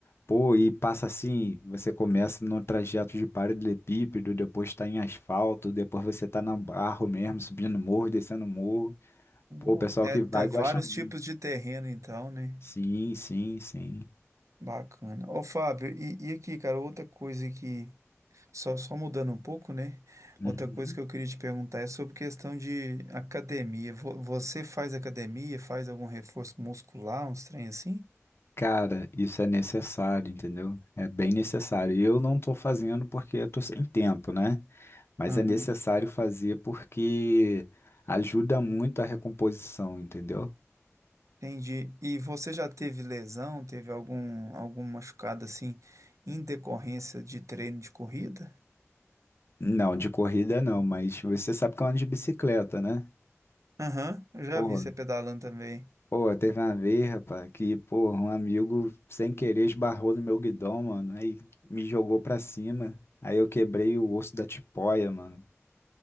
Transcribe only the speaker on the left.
Pô, e passa assim, você começa no trajeto de paralelepípedo, depois tá em asfalto, depois você tá na barro mesmo, subindo morro, descendo morro.
Pô, o pessoal
que
vai gosta
muito.
Sim, sim, sim.
Uhum.
Cara, isso é necessário, entendeu? É bem necessário. E Eu não tô fazendo porque eu tô sem tempo, né? mas
é necessário fazer porque ajuda muito a recomposição, entendeu?
Não, de corrida não, mas você sabe que eu ando de bicicleta, né?
Pô,
pô, teve uma vez, rapaz, que, pô, um amigo sem querer esbarrou no meu guidão, mano, aí me jogou pra cima, aí eu quebrei o osso da tipoia, mano.